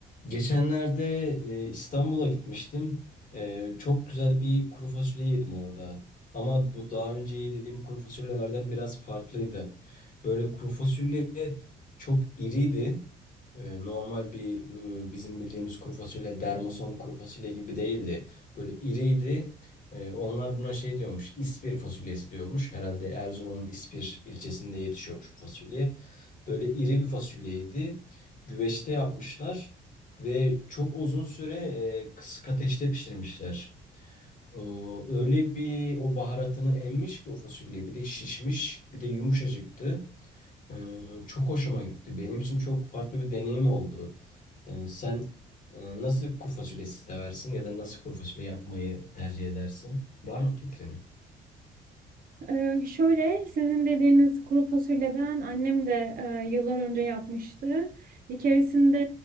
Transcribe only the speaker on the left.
Geçenlerde e, İstanbul'a gitmiştim. E, çok güzel bir kuru fasulye yedim orada. Ama bu daha önce yediğim kuru fasulyelerden biraz farklıydı. Böyle kuru fasulye çok iriydi. E, normal bir e, bizim bildiğimiz kuru fasulye, dermason kuru fasulye gibi değildi. Böyle iriydi. E, onlar buna şey diyormuş, İspir fasulyesi diyormuş. Herhalde Erzurum'un İspir ilçesinde yetişiyormuş bu fasulye. Böyle iri bir fasulyeydi. Güveçte yapmışlar. Ve çok uzun süre e, kısık ateşte pişirmişler. Ee, öyle bir o baharatını emmiş ki o fasulye. Bir de şişmiş, bir de yumuşacıktı. Ee, çok hoşuma gitti. Benim için çok farklı bir deneyim oldu. Ee, sen e, nasıl kuru fasulye seversin ya da nasıl kuru fasulye yapmayı tercih edersin? Var mı fikrin?